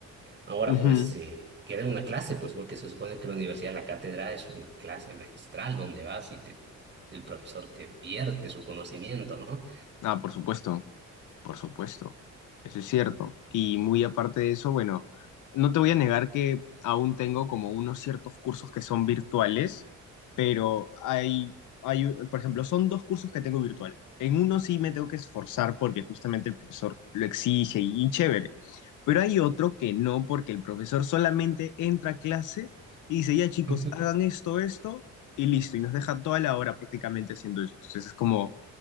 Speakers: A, on the right; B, on the left.
A: Ahora
B: Ujú.
A: pues eh, queda una clase, pues porque se supone que la universidad, la cátedra es una clase magistral donde vas y te, el profesor te vierte su conocimiento, ¿no?
B: Ah, por supuesto. Por supuesto, eso es cierto. Y muy aparte de eso, bueno, no te voy a negar que aún tengo como unos ciertos cursos que son virtuales, pero hay, hay, por ejemplo, son dos cursos que tengo virtual. En uno sí me tengo que esforzar porque justamente el profesor lo exige y, y chévere, pero hay otro que no porque el profesor solamente entra a clase y dice, ya chicos,
A: Ujú.
B: hagan esto, esto, y listo, y nos deja toda la hora prácticamente haciendo eso. Entonces es como,